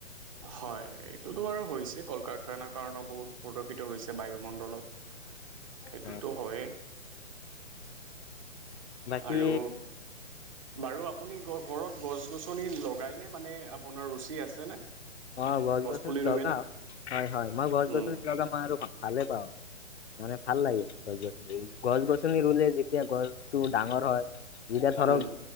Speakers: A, on the right; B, on the left.
A: হয় এইটোতো আৰু হৈছে কল কাৰখানাৰ কাৰণেও বহুত প্ৰদূষিত হৈছে বায়ুমণ্ডলত সেইটোতো
B: হয়
A: হয়েই
B: বাকী
A: আৰু বাৰু আপুনি ক‌ওক‌ ঘৰত গছ গছনি লগাইনে মানে আপোনাৰ ৰুচি আছেনে
B: অ গছ গছনি
A: পুলি ৰুৱেনে?
B: লগাওঁ হয় হয় মই গছ
A: উম
B: গছনি লগাম আৰু ভালে পাওঁ <unintelligible> <inaudible> মানে ভাল লাগে গছ গছনি ৰুলে যেতিয়া গছটো ডাঙৰ হয় যেতিয়া ধৰক
A: উম